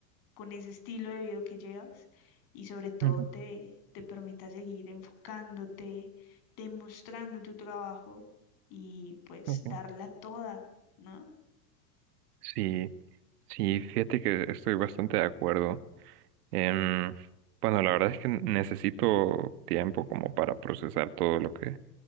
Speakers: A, on the left; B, on the right.
A: con ese estilo de vida que llevas y sobre todo
B: ujú.
A: te, te permita seguir enfocándote, demostrando tu trabajo y pues
B: Ok.
A: darla toda, ¿no?
B: Sí, sí, fíjate que estoy bastante de acuerdo. Em, bueno, la verdad es que necesito tiempo como para procesar todo lo que